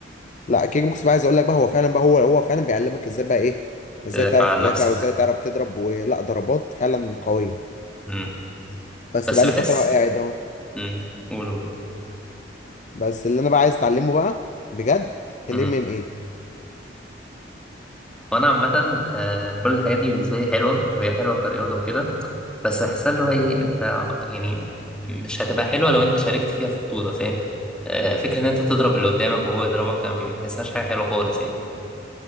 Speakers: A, on the left; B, in the centre.
A: لا كيك بوكس بقى عايز اقول لك بقى هو فعلا بقى هو هو فعلا بيعلمك ازاي بقى ايه ازاي
B: تدافع
A: تعرف
B: عن
A: تدافع
B: نفسك
A: وازاي تعرف تضرب ولا ضربات فعلا قويه
B: امم
A: بس
B: بس
A: بقى لي
B: بحس
A: فتره قاعد اهو
B: امم قولوا
A: بس اللي انا بقى عايز اتعلمه بقى بجد الام
B: امم
A: ام اي
B: وانا عامه آه، كل الحاجات دي بالنسبه لي حلوه وهي حلوه كرياضه وكده بس بحسها اللي هو ايه انت يعني مش هتبقى حلوه لو انت شاركت فيها في بطوله فاهم آه، فكره ان انت تضرب اللي قدامك وهو يضربك أنا ما بحسهاش حاجه حلوه خالص يعني